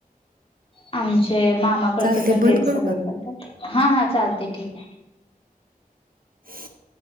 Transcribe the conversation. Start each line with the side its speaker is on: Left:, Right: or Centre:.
Left: आमचे मामाकडचे
Right: चालते
Left: पण तेच
Right: बंद करू
Left: सगळे
Right: का
Left: करतात, हा हा चालते, ठीके.
Right: ह <inaudible>